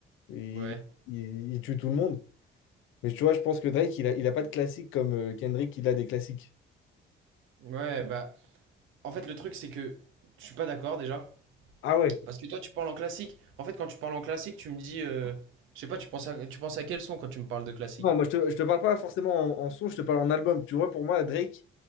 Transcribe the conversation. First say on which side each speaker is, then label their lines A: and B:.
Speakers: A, on the left; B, on the right.
A: Il,
B: ouais.
A: il, il tue tout le monde. Mais tu vois, je pense que Drake, il a, il a pas de classique comme euh, Kendrick, il a des classiques.
B: Ouais, bah. En fait, le truc, c'est que je suis pas d'accord déjà.
A: Ah ouais.
B: Parce que toi, tu parles en classique. En fait, quand tu parles en classique, tu me dis. euh, je sais pas, tu penses à, tu penses à quel son quand tu me parles de classique?
A: Non, moi, je te, je te parle pas forcément en, en son, je te parle en album. Tu vois, pour moi, Drake,